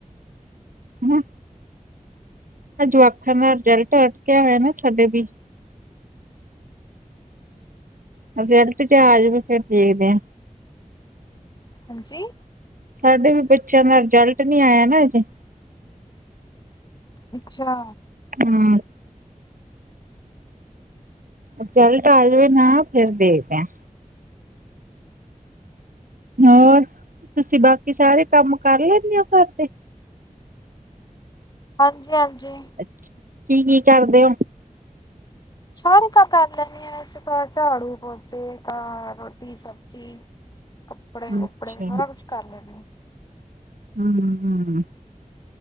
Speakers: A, on the right; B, on the left.
A: ਹੂੰ ਹ ਅਜਵਾਖਾਂ ਦਾ ਰਿਜਲਟ ਅਟਕਿਆ ਹੋਇਆ ਨਾ ਸਾਡੇ ਵੀ ਰਿਜਲਟ ਚ ਆ ਜਾਵੇ ਫਿਰ ਦੇਖਦੇ ਆ।
B: ਹਾਂਜੀ-
A: ਸਾਡੇ ਵੀ ਬੱਚਿਆਂ ਦਾ ਰਿਜਲਟ ਨੀ ਆਇਆ ਨਾ ਅਜੇ
B: ਅੱਛਾ।
A: ਹੂੰ। ਰਿਜਲਟ ਆ ਜਾਵੇ ਨਾ ਫੇਰ ਦੇਖਦੇ ਹਾ- ਹੋਰ ਤੁਸੀਂ ਬਾਕੀ ਸਾਰੇ ਕੰਮ ਕਰ ਲੈਂਣੇ ਹੋ ਘਰ ਦੇ?
B: ਹਾਂਜੀ-ਹਾਂਜੀ।
A: ਅੱਛਾ ਕੀ-ਕੀ ਕਰਦੇ ਹੋ?
B: ਸਾਰੇ ਕਰ ਲੈਣੀ ਆ ਵੈਸੇ ਤਾਂ ਝਾੜੂ-ਪੋਚੇ ਤਾ ਰੋਟੀ-ਸਬਜ਼ੀ ਕੱਪੜੇ-ਕੁਪੜੇ
A: ਅੱਛਾ
B: ਸਾਰਾ ਕੁੱਛ ਕਰ ਲੈਣੇ ਆ।
A: ਹੂੰ-ਹੂੰ।